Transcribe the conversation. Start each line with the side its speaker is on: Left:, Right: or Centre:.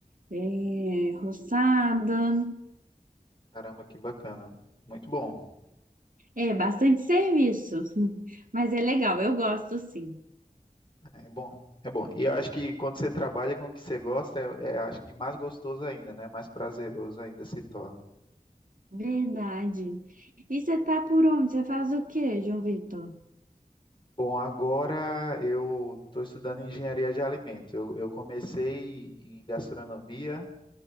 Right: eh, roçada.
Left: Caramba, que bacana. Muito bom.
Right: É, é bastante serviço, <laughs> mas é legal, eu gosto sim.
Left: É bom, é bom. E eu acho que quando você trabalha com o que você gosta, é, é, acho que mais gostoso ainda, né? Mais prazeroso ainda se torna.
Right: Verdade. E você tá por onde? Você faz o quê, João Vitor?
Left: Bom, agora eu estou estudando engenharia de alimentos. Eu, eu comecei em gastronomia,